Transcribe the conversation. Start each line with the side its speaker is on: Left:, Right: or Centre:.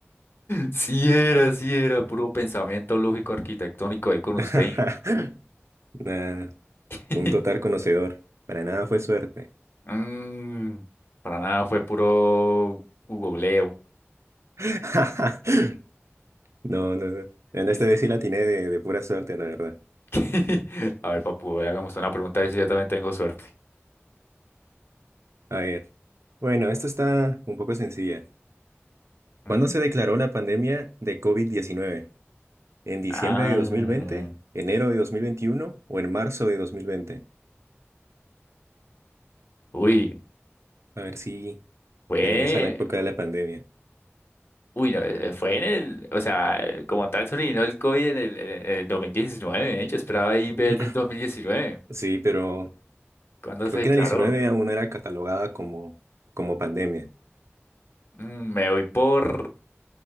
Left: Sí era, sí era, puro pensamiento lógico arquitectónico ahí con usted.
Right: <laughs> Nah,
Left: <laughs>
Right: un total conocedor. Para nada fue suerte.
Left: Mm, para nada, fue puro googleo.
Right: <laughs> No, no, no. En
Left: Listo.
Right: esta vez sí la atiné de, de pura suerte, la verdad.
Left: <laughs> A ver, papu, hagamos una pregunta a ver si yo también tengo suerte.
Right: A ver. Bueno, esto está un poco sencilla. ¿Cuándo
Left: ¿Mm?
Right: se declaró la pandemia de covid diecinueve? ¿En diciembre
Left: Ah,
Right: de dos mil veinte, enero de 2021 o en marzo de 2020?
Left: uy,
Right: A ver si
Left: fue.
Right: regresa a la época de la pandemia.
Left: Uy, no, eh, fue en el, o sea, como tal sobrevino el COVID en el, en el 2019, ¿eh? Yo esperaba ahí ver
Right: <clears throat>
Left: el 2019,
Right: Sí, pero
Left: cuando
Right: Creo
Left: se declaró.
Right: que en el 19 aún era catalogada como, como pandemia.
Left: Mm, me voy por,